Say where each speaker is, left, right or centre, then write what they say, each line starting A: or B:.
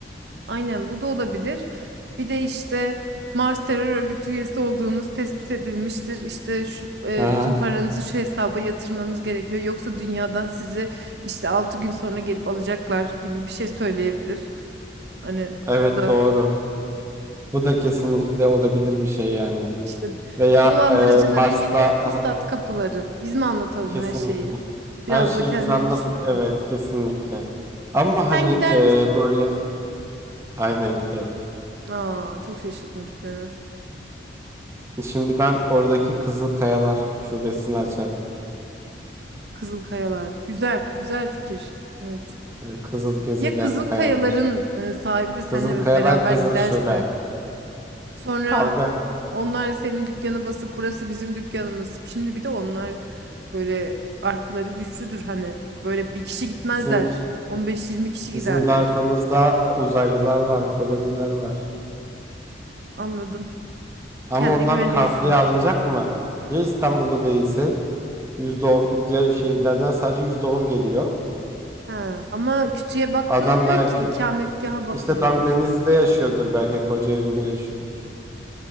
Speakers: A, on the right; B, on the right.
A: Aynen bu da olabilir. Bir de işte Mars terör örgütü üyesi olduğunuz tespit edilmiştir. İşte şu, e,
B: Hı hı.
A: bütün paranızı şu hesaba yatırmanız gerekiyor. Yoksa dünyadan sizi işte 6 gün sonra gelip alacaklar gibi bir şey söyleyebilir. Hani
B: <laughs> Evet
A: bu da
B: doğru. Bu da kesinlikle olabilir bir şey yani.
A: işte
B: Veya
A: dolandırıcılara
B: e, Mars'ta
A: yeni fırsat kapıları. Biz mi anlatalım
B: Kesinlikle.
A: her şeyi?
B: Her
A: Biraz
B: şeyi
A: da kendileri
B: biz anlatmıyor.
A: düşün.
B: Evet, kesinlikle. Ama hani
A: Sen gider
B: e,
A: misin?
B: böyle aynen giderim.
A: Aa, çok şaşırdım gitmene.
B: Şimdi ben oradaki Kızıl Kayalar şubesini açardım.
A: Kızıl Kayalar. Güzel, güzel fikir. Evet.
B: E, Kızıl Gezegen
A: Ya Kızıl
B: Kayalar.
A: Kayaların e, sahibi de seninle
B: Kızıl Kayalar
A: beraber
B: Kızıl
A: giderse,
B: Şube.
A: sonra
B: Kavga.
A: e, onlar senin dükkanı basıp burası bizim dükkanımız. Şimdi bir de onlar böyle arkaları güçlüdür hani. Böyle bir kişi gitmezler.
B: Bizim
A: 15-20 kişi giderler.
B: bizim de arkamızda e, uzaylılar var, koloniler var.
A: Anladım.
B: Ama
A: Kendine
B: onlar
A: güveniyorsun.
B: kafireye alınacak mı? Ya İstanbul'da değilse yüzde on diğer şehirlerden sadece %10 geliyor.
A: Ha, ama kütüğe bakılmıyor
B: Adam belki
A: ki ikametgaha bakılıyor.
B: İşte tam denizde yaşıyordur belki Kocaeli'nde yaşıyordur.